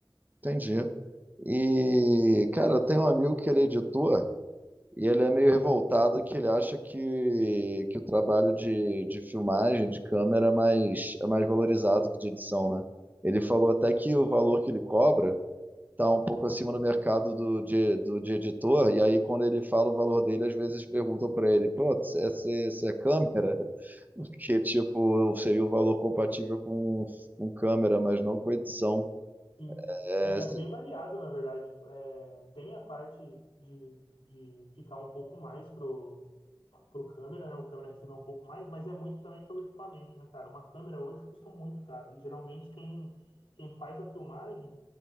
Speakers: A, on the right; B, on the left.
A: entendi. E, cara, eu tenho um amigo que ele é editor e ele é meio revoltado que ele acha que, que o trabalho de, de filmagem, de câmera, é mais, é mais valorizado que de edição, né? Ele falou até que o valor que ele cobra está um pouco acima do mercado do, de, do, de editor, e aí quando ele fala o valor dele, às vezes perguntam para ele, pô, essa, essa é câmera? <laughs>
B: <laughs>
A: Que, tipo, seria o valor compatível com, com câmera, mas não com edição.
B: Sim,
A: É,
B: é,
A: se-
B: é bem variado, na verdade. É, tem a parte de, de ficar um pouco mais pro, pro câmera, né? O câmera receber um pouco mais, mas é muito também pelo equipamento, né, cara? Uma câmera hoje custa muito caro. E geralmente quem, quem faz a filmagem